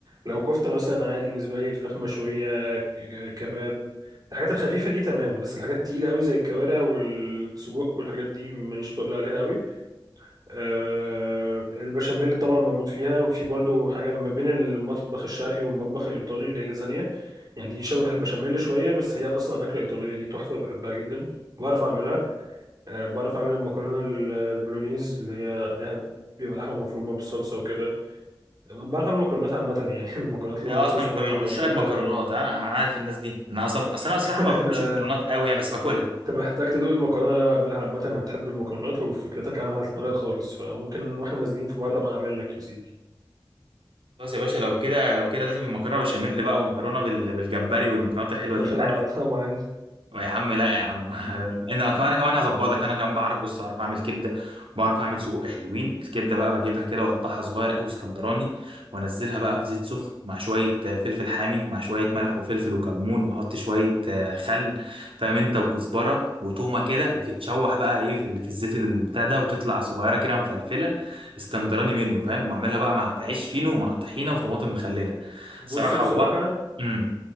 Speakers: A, on the right (about 45°); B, on the right (about 85°).
A: لو كفتة مثلا عادي بالنسبة لي الفراخ مشوية ك- كباب الحاجات الخفيفة دي تمام بس الحاجات التقيلة قوي زي الكوارع والسجق والحاجات دي ماليش تقل عليها قوي آه، البشاميل طبعا بموت فيها وفي برضو حاجة ما بين المطبخ الشرقي والمطبخ الإيطالي اللي هي اللازانيا يعني دي شبه البشاميل شوية بس هي أصلا أكلة إيطالية دي تحفة بحبها جدا بعرف أعملها آه، بعرف أعمل المكرونة ال- البولونيز اللي هي ليها بيبقى لحمة مفرومة بالصلصة وكده بعرف أعمل مكرونات عامة يعني <laughs> المكرونات الوايت
B: انت اصلا
A: صوص برضو
B: انت من عشاق
A: بعرف أعملها
B: المكرونات انا انا عارف الناس دي انا اصلا اصل انا صراحه
A: <laughs>
B: ما بحبش
A: أنا
B: المكرونات قوي يعني بس باكلها
A: أنت محتاج تدوق المكرونة اللي أنا بعملها عامة هتحب المكرونات وفكرتك عنها هتتغير خالص فممكن وإحنا نازلين في مرة بقى أعمل لك يا سيدي
B: خلاص يا باشا لو كده لو كده لازم مكرونه بشاميل بقى ومكرونه بال... بالجمبري والمكرونات
A: أنت
B: الحلوه
A: داخل
B: دي انت عارف
A: على طمع
B: يا عم لا يا عم <laughs> انا كمان كمان هظبطك انا كمان بعرف بص بعرف اعمل كبده بعرف اعمل سجق حلوين الكبده بقى بجيبها كده واقطعها صغير او اسكندراني وانزلها بقى في زيت سخن مع شويه آه، فلفل حامي مع شويه ملح وفلفل وكمون واحط شويه آه، خل فاهم انت وكزبره وتومه كده وتتشوح بقى ايه في ال- في الزيت البتاع ده وتطلع صغيره كده مفلفله اسكندراني منه فاهم واعملها بقى مع في عيش فينو ومع طحينه وطماطم مخلله
A: بص
B: صراحه
A: بصراحة
B: وبقى امم